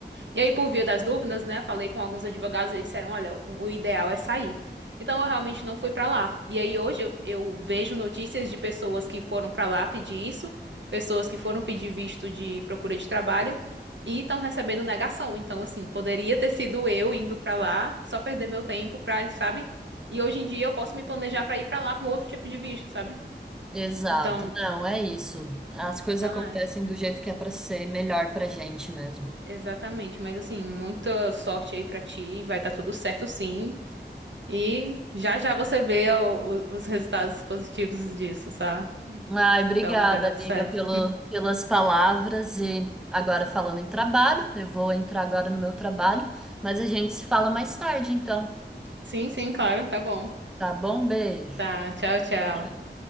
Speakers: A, on the right; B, in the centre.
A: E aí, por via das dúvidas, né, falei com alguns advogados e eles disseram, olha, o o ideal é sair. Então, eu realmente não fui pra lá. E aí, hoje, eu, eu vejo notícias de pessoas que foram pra lá pedir isso, pessoas que foram pedir visto de procura de trabalho e estão recebendo negação. Então, assim, poderia ter sido eu indo pra lá, só perder meu tempo pra, sabe? E hoje em dia eu posso me planejar pra ir pra lá com outro tipo de visto, sabe?
B: Exato.
A: Então,
B: Não, é isso. As coisas
A: então
B: acontecem
A: é,
B: do jeito que é pra ser melhor pra gente mesmo.
A: exatamente. Mas assim, muita sorte aí pra ti, vai dar tudo certo sim. E já já você vê o- o- os resultados positivos disso, tá?
B: Ai, obrigada,
A: Então vai dar
B: amiga,
A: tudo certo.
B: pelo, pelas palavras. E agora falando em trabalho, eu vou entrar agora no meu trabalho, mas a gente se fala mais tarde, então.
A: Sim, sim, claro, tá bom.
B: Tá bom? Beijo.
A: Tá, tchau, tchau.
B: Tchau, tchau.